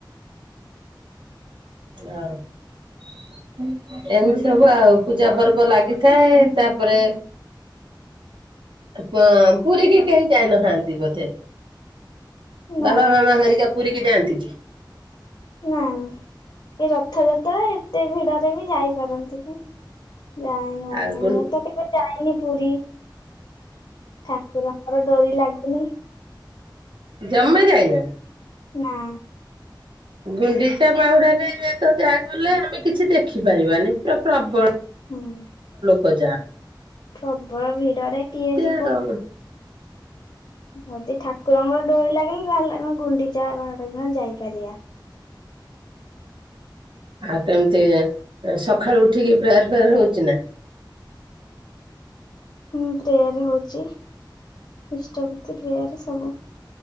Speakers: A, on the right (about 80°); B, on the left (about 65°).
A: ହଁ ଏମିତି ସବୁ ଆଉ ପୂଜା ପର୍ବ ଲାଗିଥାଏ। ତାପରେ ପ- ପୁରୀ କି କେହି ଯାଇନଥାନ୍ତି ବୋଧେ।
B: ନା
A: ବାବା ମାମା ହେରିକା ପୁରୀ କି ଯାଆନ୍ତି କି?
B: ନାଇଁ। ଏ ରଥ ଯାତ୍ ତ ଏତେ ଭିଡ ରେ ବି ଯାଇପାରନ୍ତିନି। ଯାାଇନୁ ଆମେ,
A: ଆଉ ଗୁଣ୍ଡ
B: ମୁଁ ତ କେବେ ଯାଇନି ପୁରୀ। ଠାକୁରଙ୍କର ଡୋରି ଲାଗୁ ପୁନେ
A: ଜମା ଯାଇନ?
B: ନା।
A: ଗୁଣ୍ଡିଚା ବାହୁଡାରେ ତ ଯାହା ଗଲେ ଆମେ କିଛି ଦେଖିପାରିବାନି। ପୁରା ପ୍ରବଳ
B: ହୁଁ।
A: ଗଜା
B: ପ୍ରବଳ ଭିଡରେ କିଏ ଯିବ।
A: ଆଉ।
B: ଯଦି ଠାକୁରଙ୍କର ଡୋରି ଲାଗିଲେ ତାହେଲେ ମୁଁ ଗୁଣ୍ଡିଚା ଆଉ ବାହୁଡ଼ା ଦିନ ଯାଇପାରିବା।
A: ଆଉ କେମିତି ଏ ସକାଳୁ ଉଠିକି ପ୍ରେୟାର୍ ଫେୟାର ହଉଚି ନା?
B: ହୁଁ ପ୍ରେୟାର୍ ହଉଚି। ଇଷ୍ଟ ପ୍ରତି ପ୍ରେୟାର୍ ସବୁ।